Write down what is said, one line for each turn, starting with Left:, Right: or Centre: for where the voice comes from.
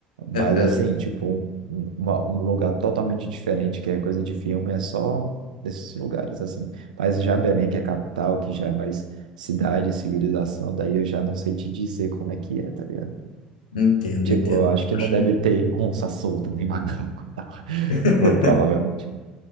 Right: Mas
Left: Aham,
Right: assim, tipo, um, um, uma- um lugar totalmente diferente, que é coisa de filme, é só nesses lugares, assim. Mas já Belém, que é a capital, que já é mais cidade, civilização, daí eu já não sei te dizer como é que é, tá ligado?
Left: entendo,
Right: Tipo,
Left: entendo.
Right: eu acho
Left: Poxa.
Right: que não deve ter onça solta, nem <laughs> macaco, e tal.
Left: <laughs>
Right: <laughs> Provavelmente.